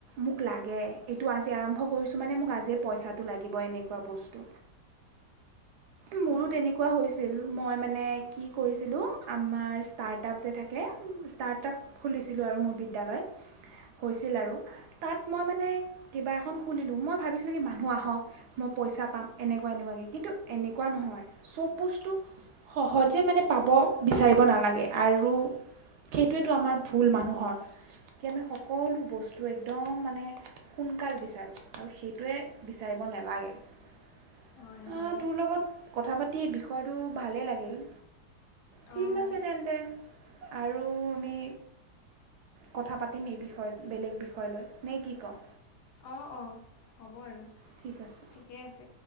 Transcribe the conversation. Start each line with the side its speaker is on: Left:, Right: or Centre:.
Right: মোক লাগে এইটো আজি আৰম্ভ কৰিছো মানে মোক আজিয়ে পইচাটো লাগিব এনেকুৱা বস্তু। মোৰো
Left: হয়
Right: তেনেকুৱা হৈছিল মই মানে কি কৰিছিলো আমাৰ ষ্টাৰ্টআপ যে থাক তাকে ষ্টাৰ্টআপ খুলিছিলোঁ আৰু মোৰ বিদ্যালয়ত হৈছিল আৰু তাত মই মানে কিবা এখন খুলিলোঁ মই ভাবিছিলোঁ কি মানুহ আহক মই পইচা পাম এনেকুৱা এনেকুৱাকে কিন্তু এনেকুৱা নহয় চব বস্তু সহজে মানে পাব বিচাৰিব নালাগে আৰু সেইটোৱেতো আমাৰ ভুল মানুহৰ কি আমি সকলো বস্তু একদম মানে সোনকাল বিচাৰোঁ সেইটোৱে বিচাৰিব নালাগে আ
Left: হয় হয়
Right: তোৰ লগত কথা পাতি বিষয়টো ভালেই লাগিল ঠিক
Left: অঁ
Right: আছে তেন্তে আৰু আমি কথা পাতিম এই বিষয়ত বেলেগ বিষয় লৈ নে কি কৱ
Left: অ অ হ'ব আৰু।
Right: ঠিক আছে
Left: ঠিকে আছে